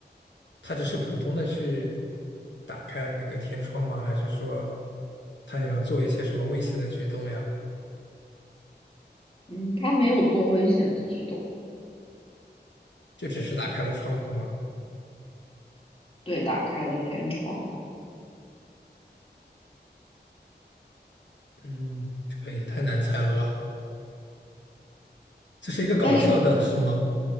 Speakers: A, on the left; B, on the left.
A: 他只是普通的去打开那个天窗吗？还是说他想要做一些什么危险的举动呀？
B: 嗯，他没有做危险的举动，
A: 就只是打开了窗户吗？
B: 对，打开了天窗，
A: 嗯，这个也太难猜了吧。这是一个搞笑的，
B: 但是
A: 是吗？